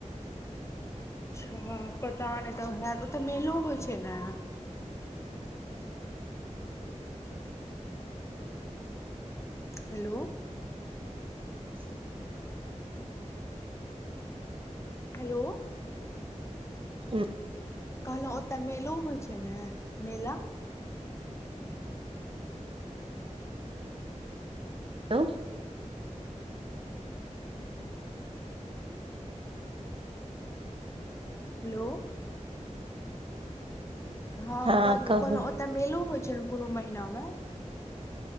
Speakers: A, on the left; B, on the right.
A: अच्छा, पता नै तब हैत? ओत मेलो होइ छै ने? हेलो। हेलो
B: हुं।
A: कहलौं ओत मेलो होइ छै नै मेला?
B: हेलो।
A: हेलो हाँ
B: हँ
A: बाजू,
B: कहू
A: कहलौं ओत मेलो होइ छै नै कुनो महीना में?